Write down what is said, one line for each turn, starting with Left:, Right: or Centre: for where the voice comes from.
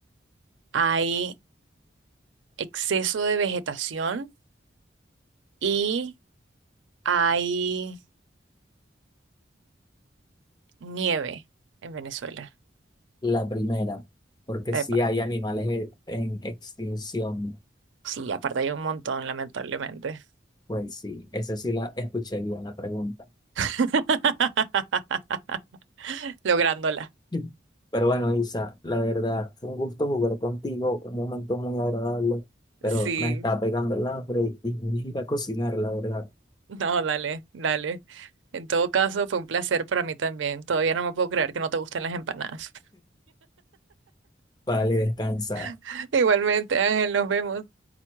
Right: Hay exceso de vegetación y hay nieve en Venezuela.
Left: La primera, porque
Right: Epa,
Left: si hay animales en en extinción.
Right: sí, aparte hay un montón, lamentablemente.
Left: Pues sí, esa sí la escuché bien la pregunta.
Right: <laughs> Lográndola.
Left: <laughs> Pero bueno, Isa, la verdad, fue un gusto jugar contigo, un momento muy agradable, pero
Right: Sí.
Left: me está pegando el hambre y y voy a ir a cocinar, la verdad.
Right: No, dale, dale. En todo caso, fue un placer para mí también. Todavía no me puedo creer que no te gusten las empanadas.
Left: Vale, descansa.
Right: <laughs> Igualmente, Ángel, nos vemos.